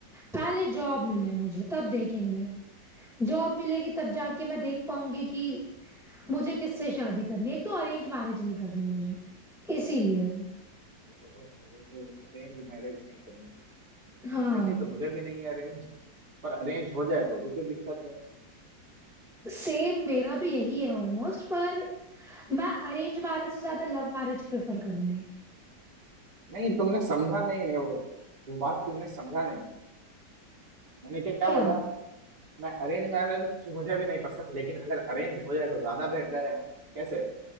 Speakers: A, in the centre; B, on the right (about 65°).
A: पहले जॉब मिले मुझे तब देखेंगे जॉब मिलेगी तब जाके मैं देख पाऊंगी कि मुझे किससे शादी करनी है एक तो अरेंज मैरिज नहीं करनी मुझे इसीलिए
B: अरेंज मैरिज नहीं करनी
A: हाँ
B: करनी तो मुझे भी नहीं है अरेंज पर अरेंज हो जाए तो भी कोई दिक्कत नहीं
A: सेम मेरा भी यही है ऑलमोस्ट पर मैं अरेंज मैरिज से ज्यादा लव मैरिज प्रेफर करूंगी
B: नहीं तुमने समझा नहीं नहीं वो वो बात तुमने समझा नहीं मैंने क्या
A: क्या
B: बोला मैं अरेंज मैरिज मुझे भी नहीं पसंद लेकिन अगर अरेंज हो जाए तो ज्यादा बेहतर है कैसे